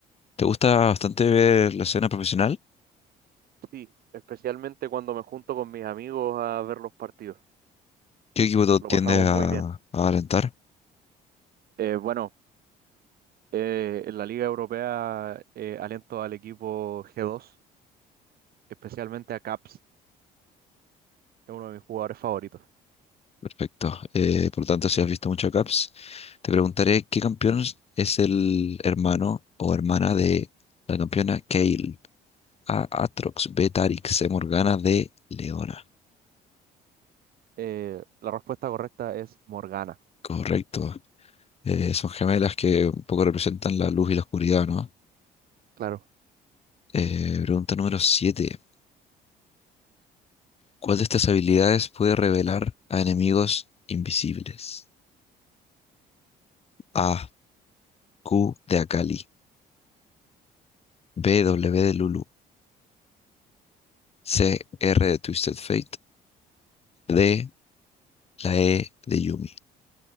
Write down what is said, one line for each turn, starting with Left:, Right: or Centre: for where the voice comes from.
Left: ¿Te gusta bastante ver la escena profesional?
Right: Sí, especialmente cuando me junto con mis amigos a ver los partidos.
Left: ¿Qué equipo tú
Right: Lo
Left: tiendes
Right: pasamos
Left: a,
Right: muy bien.
Left: a alentar?
Right: Eh, bueno, eh, en la Liga Europea eh, aliento al equipo g dos especialmente a Caps, es uno de mis jugadores favoritos.
Left: Perfecto. Eh, por lo tanto, si has visto mucho Caps, te preguntaré qué campeón es el hermano o hermana de la campeona Kayle. A. Atrox, B. Tarix, C. Morgana, D. Leona.
Right: Eh, la respuesta correcta es Morgana,
Left: Correcto. Eh, son gemelas que un poco representan la luz y la oscuridad, ¿no?
Right: claro.
Left: Eh, pregunta número 7. ¿Cuál de estas habilidades puede revelar a enemigos invisibles? A. Q de Akali. B, W de Lulu, C, R de Twisted Fate, D, la E de Yumi.